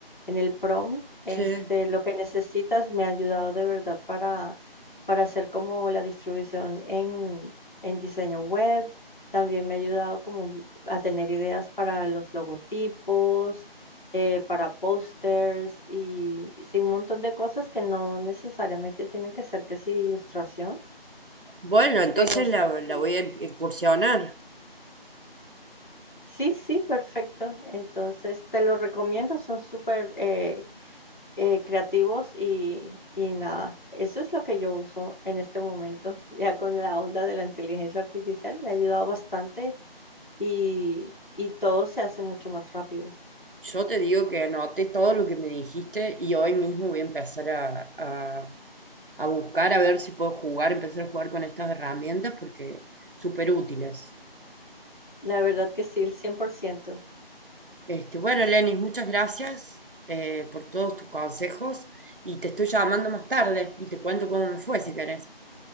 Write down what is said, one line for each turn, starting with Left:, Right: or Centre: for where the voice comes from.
Left: en el prompt, este,
Right: sí.
Left: lo que necesitas. Me ha ayudado de verdad para, para hacer como la distribución en, en diseño web. También me ha ayudado como a tener ideas para los logotipos, eh, para pósters y, y sí, un montón de cosas que no necesariamente tienen que ser que sí ilustración,
Right: Bueno, entonces
Left: pero sí.
Right: la, la voy a incursionar.
Left: Sí, sí, perfecto. Entonces, te lo recomiendo, son súper eh, eh, creativos y, y nada, eso es lo que yo uso en este momento. <laughs> Ya con la onda de la inteligencia artificial me ha ayudado bastante y, y todo se hace mucho más rápido.
Right: Yo te digo que anoté todo lo que me dijiste y hoy mismo voy a empezar a, a- a buscar a ver si puedo jugar, empezar a jugar con estas herramientas porque súper útiles.
Left: La verdad que sí, el 100%.
Right: Este, bueno, Lenis, muchas gracias eh, por todos tus consejos y te estoy llamando más tarde y te cuento cómo me fue si querés.